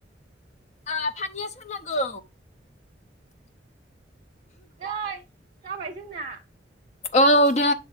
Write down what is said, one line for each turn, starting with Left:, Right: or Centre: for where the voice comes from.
Left: आफानियासो होननांगौ
Right: नै जाबाय जोंना।
Left: औ दे।